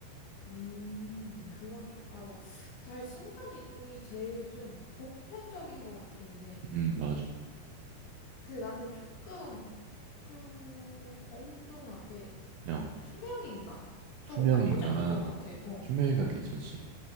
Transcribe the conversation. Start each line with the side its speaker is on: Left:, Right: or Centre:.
Left: 음, 그런 촌, 맞아. 잘 순간 이동이 제일 좀 보편적인 것 같기는 해.
Right: 음, 맞아.
Left: 근데 나는 조금, 욱- 좀 엉뚱하게
Right: 야,
Left: 투명 인간. 또
Right: 투명인간.
Left: 나쁘지 않을 것 같아. 어.
Right: 투명인간 괜찮지.